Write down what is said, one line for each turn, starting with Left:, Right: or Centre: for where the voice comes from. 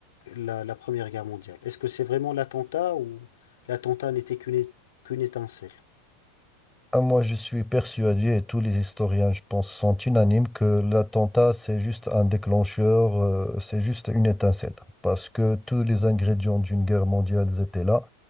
Left: la, la Première Guerre mondiale? Est-ce que c'est vraiment l'attentat ou l'attentat n'était qu'une é- qu'une étincelle?
Centre: ah, moi, je suis persuadé, et tous les historiens, je pense, sont unanimes, que l'attentat, c'est juste un déclencheur, euh, c'est juste une étincelle, parce que tous les ingrédients d'une guerre mondiale étaient là.